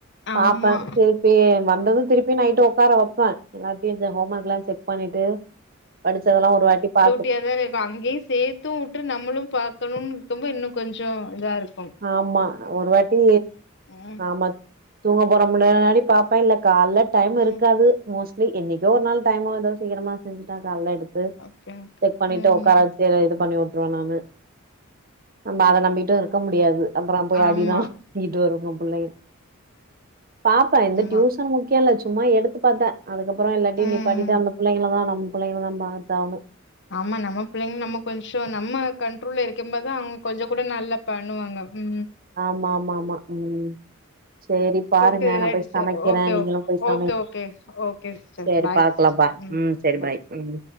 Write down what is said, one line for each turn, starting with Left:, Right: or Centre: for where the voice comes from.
Left: ஆமா
Right: பாப்பேன் திருப்பி வந்து திருப்பி நைட்டு உக்கார வைப்பேன் எல்லாத்தையும் இந்த ஹோம் ஒர்க்லாம் செக் பண்ணிட்டு படிச்சதெல்லாம் ஒரு வாட்டி பா
Left: பியா தானே இருக்கே அங்யே சேத்து வுட்டு நம்மளும் பாக்கணுயிருக்கும்போது இப்போ இன்னு கொஞ்சோ இதாயிருக்கு
Right: ஆமா ஒரு வாட்டி
Left: ம்
Right: ஆமா தூங்க போற முன்னாடி பாப்பா கால்ல டைம்
Left: ம்
Right: இருகாது மோஸ் இல்ல என்னைகோ ஒரு நாள் டைம் ஏதோ சீக்கிரமா செஞ்சுட்டா கால்ல எடு து
Left: ஓகே ஓகே
Right: செக் பணிட்டு
Left: ம்
Right: உகாராவச்சு இது பண்ணி ப்ப நானு நம்ம அத நம்பிடு இருக் இருக்க முடியாது அப்புறம் போய்
Left: ஆமா
Right: அடிதான் இது <unintelligible> பிள்ளை பாப்பா இந்த
Left: ஆமா
Right: டியூசன் முக்கியல ச்சு சும்மா எடுத்து பாத்தே அதுக்கபுற இல்லாட்டி
Left: ம்
Right: நீ படிடா அந்த புள்ளைகள தா நம்ம புள்ளை தா பாத்து ஆகணும்
Left: ஆமா நம்ம பிள்ளைங்க நம்ம கொஞ்சோ நம்ம கன் ருள இருக்க மாதிரி தா அவங்க கொஞ்சோ கூட நல்லா பண்ணுவாங்க ம்
Right: ஆம்மா ஆம்மா ஆம்மா ம் சேரி பாருங்க
Left: ஓகே
Right: நா
Left: ஏடிசர்
Right: போய் சமைக்கிறே
Left: ஓகே
Right: நீங்களு
Left: ஓ
Right: போய் சமைங்க
Left: ஓகே ஓகே சிஸ்டர்
Right: சேரி
Left: பாய்
Right: பாக்கலாம்பா
Left: சிஸ்டர் ம்
Right: சேரி
Left: பாய்
Right: ம்